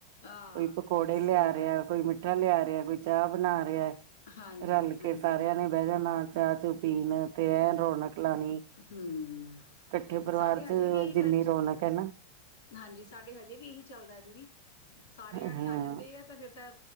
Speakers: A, on the left; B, on the right.
A: ਆਹ
B: ਕੋਈ ਪਕੌੜੇ
A: ਸਹੀ
B: ਲਿਆ ਰਿਹਾ
A: ਗੱਲ
B: ਕੋਈ ਮਿੱਠਾ ਲਿਆ ਰਿਹਾ ਰਿ ਕੋਈ ਚਾਹ ਬਣਾ ਰਿਹਾ
A: ਹਾਂਜੀ,
B: ਰਲ ਕੇ
A: ਹਾਂਜੀ।
B: ਸਾਰਿਆਂ ਨੇ ਬਹਿ ਜਾਣਾ ਚਾਹ ਚੂ ਪੀਣ ਤੇ ਐਨ ਰੌਣਕ ਲਾਣੀ
A: ਹਮ
B: ਇਕੱਠੇ ਪਰਿਵਾਰ
A: ਸਾਡੇ
B: ਚ
A: ਹਜੇ ਵੀ ਇਹੀ
B: ਜਿੰਨੀ
A: ਕਲਚ
B: ਰੌਣਕ ਹੈ ਨਾ
A: ਹਾਂਜੀ ਸਾਡੇ ਹਜੇ ਵੀ ਇਹੀ ਚੱਲਦਾ ਦੀਦੀ ਸਾਰੇ ਜਾਣੇ
B: ਹਾਂ
A: ਆ ਜਾਂਦੇ ਆ ਤੇ ਫਿਰ ਤਾਂ